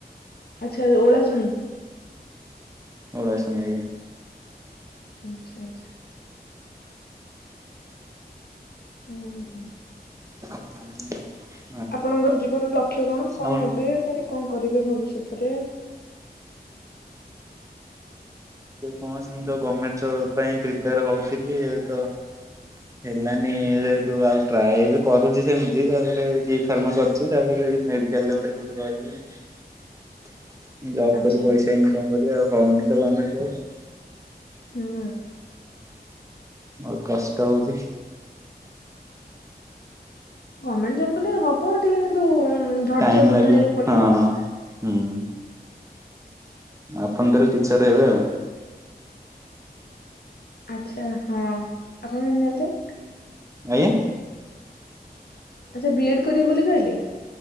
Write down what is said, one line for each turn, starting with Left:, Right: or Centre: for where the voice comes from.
Left: ଆଚ୍ଛା ଓଳା ଶୁଣି
Right: ଉଳା ଶୁଣି ଆଜ୍ଞା
Left: ଆଚ୍ଛା ଆଚ୍ଛା ହୁଁଁ
Right: <inaudible>
Left: ଆପଣଙ୍କର ଜୀବନର ଲକ୍ଷ୍ୟ କଣ କଣ
Right: ଆଉ
Left: ହେବେ ମାନେ କଣ କରିବେ ଭବିଷ୍ୟତରେ
Right: ସେ କଣ ସେମିତ ଗଭର୍ଣ୍ଣମେଣ୍ଟ ଜବ ପାଇଁ ପ୍ରିପେୟାର ହଉଥିଲି ଏ ତ ହେଲାନି ଯେ ତୁ ଆଉ ଟ୍ରାଏ ବି କରୁଛି ସେମିତି ତାପରେ ଡି ଫାରମା କରି ତାପରେ ମେଡିକାଲରେ ଗୋଟେ କୋଉଠି ରହିବ ଜବ୍
Left: ଆଚ୍ଛା।
Right: କରି ପଇସା ଇନକମ୍ କରି ଆଉ ହଉନି ତ ଗଭର୍ଣ୍ଣମେଣ୍ଟ ଜବ୍
Left: ହୁଁ
Right: ବହୁତ କଷ୍ଟ ହଉଛି।
Left: ଗଭର୍ଣ୍ଣମେଣ୍ଟ ଜବ କଲେ ହବ ଟିକେ କିନ୍ତୁ ଧୈର୍ଯ୍ୟ
Right: ଟାଇମ୍ ଲାଗିବ
Left: ଧରିବାକୁ ପଡିବ
Right: ହଁ
Left: ଆଉ।
Right: ହୁଁ ଆପଣ ତାହେଲେ ଟିଚର ହେବେ ଆଉ
Left: ଆଚ୍ଛା ହଁ ଆପଣ କେମିତି ଜାଣିଲେ।
Right: ଆଜ୍ଞା
Left: ଆଚ୍ଛା ବି ଏଡ୍ କରିବି ବୋଲି କହିଲେ